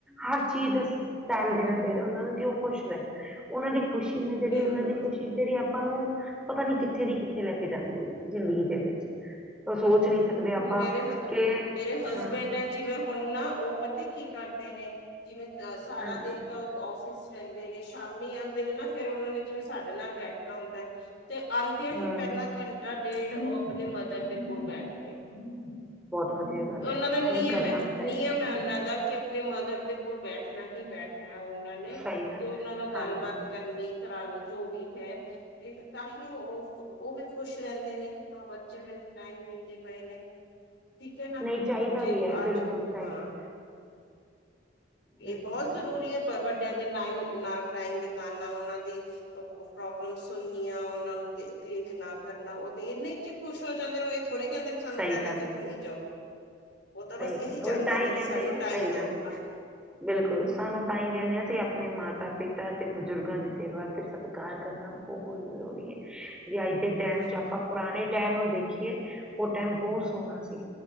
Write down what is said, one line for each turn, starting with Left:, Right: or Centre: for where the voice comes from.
Centre: ਹਰ ਚੀਜ਼ ਟਾਈਮ
Left: ਹਾਂਜੀ
Centre: ਦੇਣਾ ਚਾਹੀਦਾ ਉਹਨਾਂ ਨੂੰ ਕਿ ਉਹ ਖੁਸ਼ ਰਹਿਣ ਉਹਨਾਂ ਦੀ ਖੁਸ਼ੀ ਨਾ ਜਿਹੜੀ
Left: ਬਿਲਕੁਲ
Centre: ਉਹਨਾਂ ਦੀ ਖੁਸ਼ੀ ਜਿਹੜੀ ਆਪ ਆਪਾਂ ਨੂੰ ਪਤਾ ਨੀ ਕਿੱਥੇ ਦੀ ਕਿੱਥੇ ਲੈ ਕੇ ਜਾਂਦੀ ਹੈ। ਜ਼ਿੰਦਗੀ ਦੇ ਵਿੱਚ ਉਹ ਸੋਚ ਨਹੀਂ ਸਕਦੇ
Left: ਹੁਣ
Centre: ਆਪਾਂ
Left: ਮੇਰੇ
Centre: ਕਿ
Left: ਮੇਰੇ ਹਸਬੈਂਡ
Centre: ਹਾਂ
Left: ਹੈ ਜਿਵੇਂ ਹੁਣ ਨਾ ਉਹ ਪਤਾ ਕੀ ਕਰਨ ਨੇ ਜਿਵੇਂ ਸਾਰਾ
Centre: ਹਾਂਜੀ
Left: ਦਿਨ ਤਾਂ ਆਫਿਸ ਰਹਿੰਦੇ ਨੇ ਸ਼ਾਮੀ ਆਉਂਦੇ ਨੇ ਨਾ ਫਿਰ ਉਹ ਉਹਨਾਂ ਨੇ ਜਿਵੇਂ ਸਾਡੇ ਨਾਲ ਬੈਠਣਾ ਹੁੰਦਾ ਹੈ ਤੇ ਆਉਂਦਿਆਂ ਹੀ
Centre: ਹੂੰ
Left: ਪਹਿਲਾਂ ਘੰਟਾ ਤੇ ੳਹ ਆਪਣੇ ਮਦਰ ਦੇ ਕੋਲ ਹਮ ਹਮ <unintelligible>
Centre: ਵਧੀਆਂ ਗੱਲ
Left: ਉਹਨਾਂ
Centre: ਹੈ
Left: ਦਾ ਨਿਯਮ
Centre: ਨਹੀਂ ਕਰਨਾ
Left: ਹੈ
Centre: ਵੀ ਚਾਹੀਦਾ
Left: ਨਿਯਮ ਹੈ ਉਹਨਾਂ ਦਾ ਕਿ ਆਪਣੇ ਮਦਰ ਦੇ ਕੋਲ ਬੈਠਣਾ ਹੀ ਬੈਠਣਾ ਉਹਨਾਂ ਨੇ
Centre: ਸਹੀ ਗੱਲ
Left: ਕਿ ਉਹਨਾਂ
Centre: ਹੈ
Left: ਨਾਲ ਗੱਲਬਾਤ
Centre: ਹਾਂਜੀ
Left: ਕਰਨੀ ਕਰਾਨੀ ਜੋ ਵੀ ਹੈ ਤੇ ਤਾਂ ਹੀ ਉਹ ਉਹ ਵੀ ਖੁਸ਼ ਰਹਿੰਦੇ ਨੇ ਕਿ ਹਾਂ ਬੱਚੇ ਮੈਨੂੰ ਟਾਈਮ ਪ ਠੀਕ ਹੈ ਨਾ
Centre: ਨਹੀਂ ਚਾਹੀਦਾ
Left: ਜੇ
Centre: ਵੀ ਹੈ
Left: ਅਜ
Centre: ਬਿਲਕੁਲ ਚਾਹੀਦਾ
Left: ਹਾਂ ਇਹ
Centre: ਬਿਲਕੁਲ
Left: ਬਹੁਤ
Centre: ਬਿਲਕੁਲ
Left: ਜ਼ਰੂਰੀ ਹੈ ।ਪਰ ਵੱਡਾ ਦੇ ਨਾਲ ਟਾਈਮ ਬਿਤਾਨਾ ਉਹਨਾਂ ਦੀ ਪ੍ਰੋਬਲਮ ਸੁਣਨੀਆਂ ਉਹਨਾਂ ਨੂੰ ਦੇਖਣਾ ਕਰਨਾ ਉਹ ਤੇ ਇੰਨੇ ਚ ਖੁਸ਼ ਹੋ ਜਾਂਦੇ ਇਹ ਥੋੜ੍ਹੇ ਕਹਿੰਦੇ ਨੇ ਸਾਨੂੰ
Centre: ਸਹੀ
Left: ਲੈ ਲੈ
Centre: ਗੱਲ
Left: ਕੇ
Centre: ਹੈ
Left: ਘੁੰਮੀ ਜਾਓ। ਉਹ ਤਾਂ ਬਸ
Centre: ਸਹੀ
Left: ਇਹੀ
Centre: ਗੱਲ
Left: ਚਾਹੁੰਦੇ
Centre: ਉਹ ਤਾਂ
Left: ਨੇ
Centre: ਹੀ
Left: ਕਿ
Centre: ਕਹਿੰਦੇ
Left: ਸਾਨੂੰ
Centre: ਆ
Left: ਟਾਈਮ
Centre: ਸਹੀ
Left: ਦੋ
Centre: ਗੱਲ
Left: ਆਪਣਾ।
Centre: ਬਿਲਕੁਲ ਸਾਨੂੰ ਤਾਂ ਹੀ ਕਹਿੰਨੇ ਅਸੀਂ ਆਪਣੇ ਮਾਤਾ-ਪਿਤਾ ਤੇ ਬਜ਼ੁਰਗਾਂ ਦੀ ਸੇਵਾ ਤੇ ਸਤਿਕਾਰ ਕਰਨਾ ਬਹੁਤ ਜ਼ਰੂਰੀ ਏ ਜੇ ਅੱਜ ਦੇ ਟੈਮ
Left: ਹਾਂਜੀ
Centre: ਚ ਆਪਾਂ ਪੁਰਾਣੇ ਟੈਮ ਨੂੰ ਦੇਖੀਏ ਉਹ ਟੈਮ ਬਹੁਤ ਸੋਹਣਾ ਸੀ,